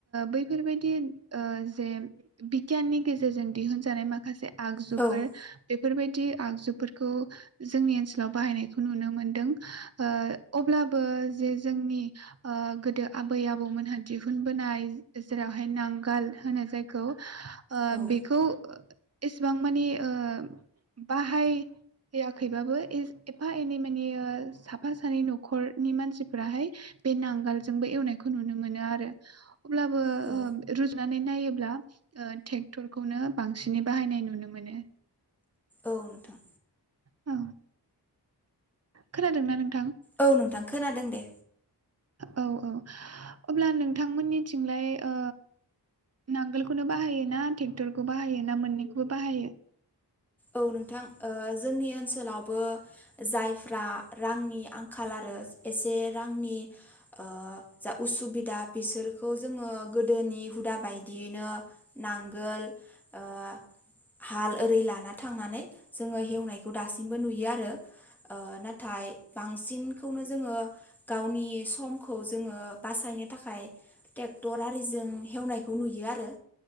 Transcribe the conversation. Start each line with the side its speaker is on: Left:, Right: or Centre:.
Right: बैफोरबायदि जे बिगियाननि गेजेरजों दिहुन जानाय माखासे आगजुफोर
Centre: औ
Right: बेफोरबायदि आगजुफोरखौ जोंनि ओनसोलाव बाहायनाय नुनो मोनदों। ओ अब्लाबो जे जोंनि गोदो आबै आबौ मोनहा दिहुनबोनाय जेरावहाय नांगाल होनो जायखौ ओ
Centre: औ
Right: बेखौ एसेबां मानि ओ बाहाय होआखैबाबो एफा एनै माने साफा सानै न'खरनि मानसिफोराहाय बे नांगोलजोंबो एवनायखौ नुनो मोनो आरो अब्लाबो
Centre: औ
Right: ओ रुजनानै नायोबा ओ टेक्टरखौनो बांसिनै बाहायनाय नुनो मोनो।
Centre: औ नोंथां।
Right: औ। खोनादों ना नों
Centre: औ नोंथां खोनादों दे।
Right: औ औ अब्ला नोंथांमोननिथिंलाय ओ नांगोलखौनो बाहायो ना ट्रेक्टरखौ बाहायो ना मोननैखौबो बाहायो?
Centre: औ नोंथां ओ जोंनि ओनसोलावबो जायफ्रा रांनि आंखाल आरो एसे रांनि ओ जा उसुबिदा बिसोरखौ जोङो गोदोनि हुदा बायदियैनो नांगोल ओ हाल ओरै लाना थांनानै जोङो हेवनायखौ दासिमबो नुयो आरो ओ नाथाय बांसिनखौनो जोङो गावनि समखौ जोङो बासाय नो थाखाय टेक्टर आरिजों हेवनायखौ नुयो आरो